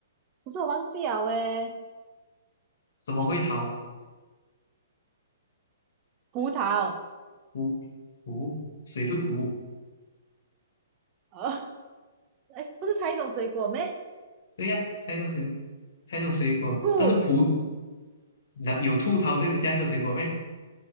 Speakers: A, on the right; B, on the left.
A: 可是我忘记了诶，
B: 什么会逃？
A: 葡萄。
B: 葡葡，水是葡。
A: 啊，哎，不是猜一种水果咩？
B: 对呀、猜一种水，猜一种水果，
A: 兔，
B: 但是葡那有兔逃这个这样的水果没？